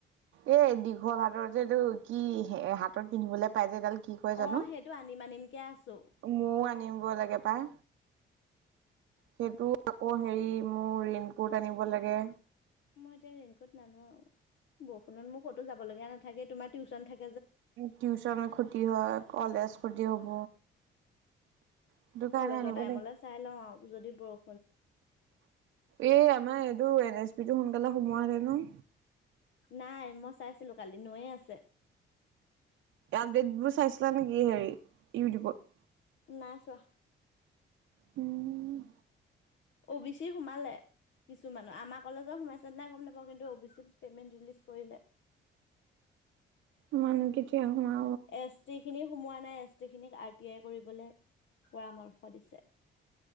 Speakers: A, on the right (about 85°); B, on the left (about 65°).
A: এ দীঘল হাতৰ যে এইটো কি হাতত পিন্ধিবলে পাই যে এডাল কি কয় জানো?
B: অ', সেইটো আনিম আনিমকে আছো।
A: মো আনিব লাগে পাই। সেইটো আকৌ হেৰি মোৰ ৰেনকোট আনিব লাগে।
B: মই এতিয়া ৰেনকোট নানো আৰু। বৰষুণত মোৰ ক'তো যাব লগীয়া নাথাকে। তোমাৰ টিউচন থাক
A: টিউচন ক্ষতি হয় কলেজ ক্ষতি হ'ব। সেইটো কাৰণে
B: কলেজৰ
A: আনিব
B: টাইমলে চাই লওঁ আৰু যদি বৰ
A: এ আমাৰ এইটো এন এছ পিটো সোনকালে সোমোৱা হেঁতেনো।
B: নাই, মই চাইছিলো কালি নয়ে আছে।
A: আপডেটবোৰ চাইছিলা নেকি হেৰি ইউটিউবত?
B: নাই চোৱা।
A: উম।
B: অ বি চিৰ সোমালে। কিছুমানৰ। আমাৰ কলেজত সোমাইছে নে নাই গম নাপাওঁ। কিন্তু অ বি চি পেমেণ্ট ৰিলিজ কৰিলে। <inaudible>
A: মোৰনো কেতিয়া সোমা
B: এছ টিখিনি সোমোৱা নাই। এছ টি খিনিক আৰ টি আই কৰিবলৈ পৰামৰ্শ দিছে।